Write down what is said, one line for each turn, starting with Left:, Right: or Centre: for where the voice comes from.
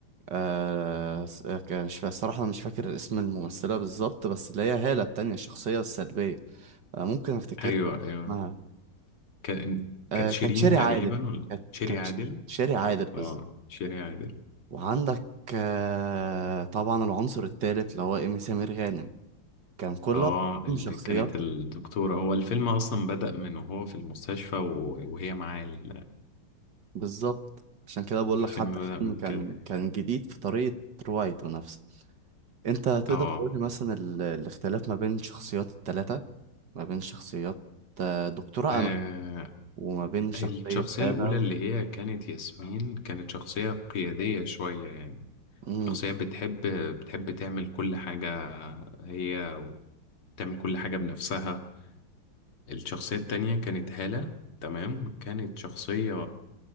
Right: آه س- آه، ك- مش فا... الصراحة أنا مش فاكر اسم الممثلة بالظبط بس اللي هي هالة التانية الشخصية السلبية آه ممكن أفتكر
Left: ايوه
Right: لك
Left: ايوه
Right: اسمها
Left: كان
Right: آه
Left: كانت شيرين
Right: كانت شيري
Left: تقريبا
Right: عادل
Left: ولا
Right: كانت
Left: شيري
Right: كانت
Left: عادل
Right: شيري عادل
Left: اه
Right: بالظبط
Left: شيري عادل
Right: وعندك آه طبعا العنصر التالت اللي هو إيمي سمير غانم كان كل
Left: اه
Right: واحد فيهم
Left: اللي
Right: شخصياتها
Left: كانت الدكتورة هو الفيلم اصلا بدأ من وهو في المستشفى و- وهي معاه ال-
Right: بالظبط عشان كده بقول
Left: الفيلم
Right: لك حتى
Left: بدأ
Right: الفيلم
Left: من
Right: كان
Left: كده
Right: كان جديد في طريقة روايته نفسه انت تقدر
Left: اه
Right: تقول لي مثلا ال- الاختلاف ما بين شخصيات التلاتة ما بين شخصيات آه، دكتورة
Left: آه،
Right: أمل وما بين شخصية
Left: الشخصية
Right: هالة
Left: الأولى
Right: و...
Left: اللي هي كانت ياسمين كانت شخصية قيادية شوية يعني
Right: مم.
Left: شخصية بتحب بتحب تعمل كل حاجة هي وتعمل كل حاجة بنفسها الشخصية التانية كانت هالة تمام كانت شخصية